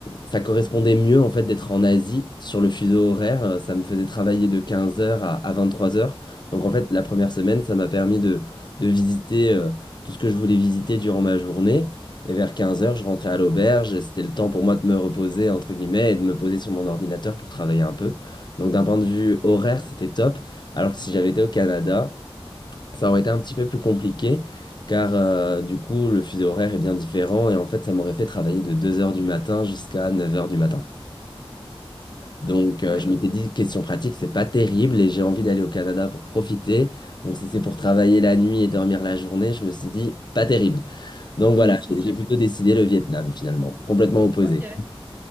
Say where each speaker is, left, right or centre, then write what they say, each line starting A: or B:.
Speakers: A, on the left; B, on the right.
A: ça correspondait mieux en fait d'être en Asie sur le fuseau horaire. Euh, Ça me faisait travailler de quinze heures à, à trois heures. Donc en fait, la première semaine, ça m'a permis de, de visiter euh, tout ce que je voulais visiter durant ma journée. Et vers quinze heures, je rentrais à l'auberge et c'était le temps pour moi de me reposer, entre guillemets, et de me poser sur mon ordinateur pour travailler un peu. Donc d'un point de vue horaire, c'était top. Alors que si j'avais été au Canada, ça aurait été un petit peu plus compliqué, car euh, du coup, le fuseau horaire est bien différent, et en fait, ça m'aurait fait travailler de deux heures du matin jusqu'à neuf heures du matin. Donc
B: Ah,
A: euh,
B: ouais,
A: je m'étais dit, question pratique, c'est pas terrible, et j'ai envie d'aller au Canada pour profiter. Donc si c'est pour travailler la nuit et dormir la journée, je me suis dit, pas terrible.
B: <laughs>
A: Donc
B: ouais,
A: voilà,
B: c'est
A: j'ai
B: sûr.
A: j'ai plutôt décidé le Vietnam finalement, complètement opposé.
B: Ok,